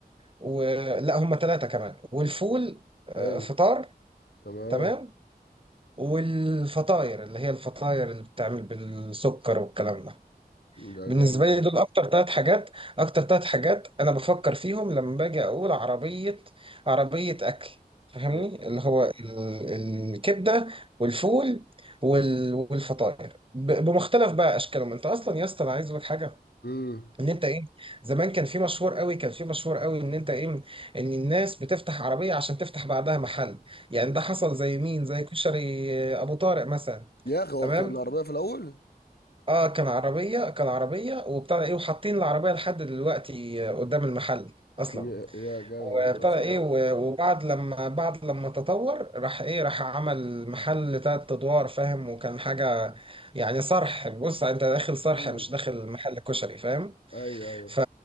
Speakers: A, on the right; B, on the left.
A: ولا هم ثلاثة كمان والفول آه،
B: حلو
A: فطار
B: تمام
A: تمام والفطاير اللي هي الفطاير اللي بتعمل بالسكر والكلام ده
B: ده
A: بالنسبة
B: جامد
A: لي دول أكتر ثلاث حاجات أكتر ثلاث حاجات أنا بفكر فيهم لما باجي أقول عربية عربية أكل فاهمني
B: ده
A: اللي هو ال- الكبدة والفول وال- والفطاير ب- بمختلف بقى أشكالهم أنت أصلا يا اسطى أنا عايز أقول لك حاجة
B: امم
A: ان انت ايه زمان كان في مشهور قوي كان في مشهور قوي ان انت ايه ان الناس بتفتح عربيه عشان تفتح بعدها محل يعني ده حصل زي مين زي كشري آه، ابو طارق مثلا
B: يا اخي هو
A: تمام
B: كان عربية في الاول
A: اه كان عربيه كان عربيه وبتاع ده ايه وحاطين العربيه لحد دلوقتي آه، قدام المحل اصلا
B: يا يا جامد
A: وبتاع
B: ده اصلا
A: ده ايه و- وبعد لما بعد لما تطور راح ايه راح عمل محل تلات ادوار فاهم وكان حاجه يعني صرح بص انت داخل صرح
B: امم
A: مش داخل محل كشري فاهم
B: ايوه ايوه
A: ف